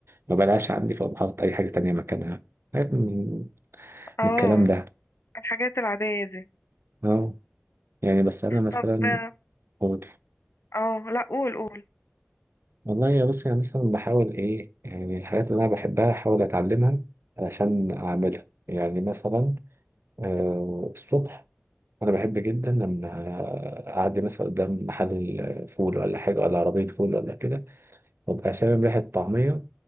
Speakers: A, on the right; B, on the left.
A: ما بلاقيهاش عندي فبحط اي حاجة تانية مكانها حاجات من
B: اه
A: من الكلام ده
B: الحاجات العادية دي
A: اه يعني بس أنا مثلا
B: طب اه
A: أقول
B: آه، لا قول قول
A: والله يا بص يعني مثلا بحاول إيه يعني الحاجات اللي أنا بحبها أحاول أتعلمها علشان أعملها يعني مثلا آه، الصبح أنا بحب جدا لما أعدي مثلا قدام محل فول ولا حاجة ولا عربية فول ولا كده وأبقى شامم ريحة طعمية